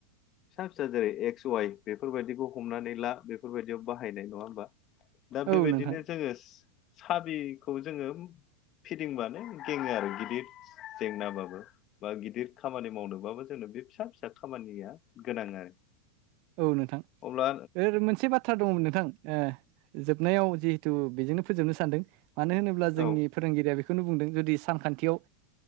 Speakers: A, on the left (about 35°); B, on the right (about 45°).
A: फिसा फिसा जेरै एक्स वाइ बेफोरबायदिखौ हमनानै ला बेफोरबायदियाव बाहायनाय नङा होमबा? दा बेबायदिनो
B: औ नोंथां
A: जोङो साबिखौ जोङो फिदिंबानो गेङो आरो गिदिद जेंनाबाबो। बा गिदिद खामानि मावनोबाबो जोंनो बे फिसा फिसा खामानिया गोनां आरो।
B: औ नोंथां
A: अब्ला
B: ओ मोनसे बाथ्रा दङमोन नोंथां ओ जोबनायाव जिहेथु बेजोंनो फोजोबनो सानदों मानो होनोब्ला जोंनि
A: औ
B: फोरोंगिरिया बे खौनो बुंदों जुदि सानखान्थियाव